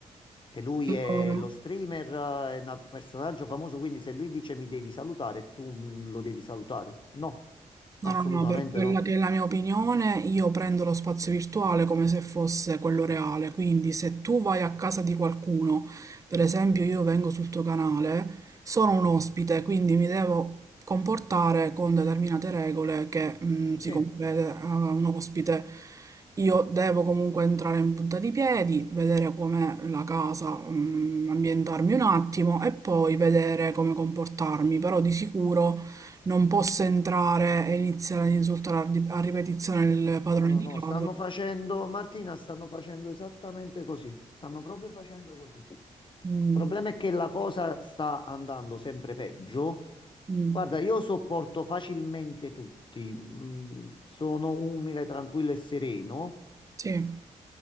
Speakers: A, on the left (about 35°); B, on the right (about 25°).
A: Che lui è
B: Allora.
A: lo streamer, eh, è un personaggio famoso, quindi se lui dice mi devi salutare, tu mm, lo devi salutare. No, assolutamente
B: No, no, no, per quella
A: no.
B: che è la mia opinione, io prendo lo spazio virtuale come se fosse quello reale, quindi se tu vai a casa di qualcuno, per esempio io vengo sul tuo canale, sono un ospite, quindi mi devo comportare con determinate regole che mm, si
A: Sì,
B: compete a un ospite. Io devo comunque entrare in punta di piedi, vedere com'è la casa, mm, ambientarmi un attimo e poi vedere come comportarmi, però di sicuro... Non posso entrare e iniziare ad insultare a ri- a ripetizione il padrone
A: no, no,
B: di
A: no,
B: casa.
A: stanno facendo, Martina, stanno facendo esattamente così. Stanno proprio facendo così. Il
B: Mm,
A: problema è che la cosa sta andando sempre peggio.
B: mm,
A: Guarda, io sopporto facilmente tutti, mm, sono umile, tranquillo e sereno.
B: sì.